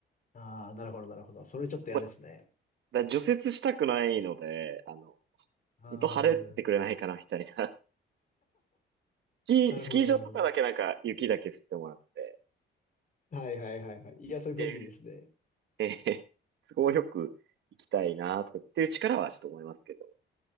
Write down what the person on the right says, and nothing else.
まあ、だから除雪したくないので、あの、
ずっと晴れててくれないかな、
みたいなキー、
スキー場とかだけなんか雪だけ降ってもらって、
で、えー、都合よく行きたいなとかっていう力はちょっと思いますけど。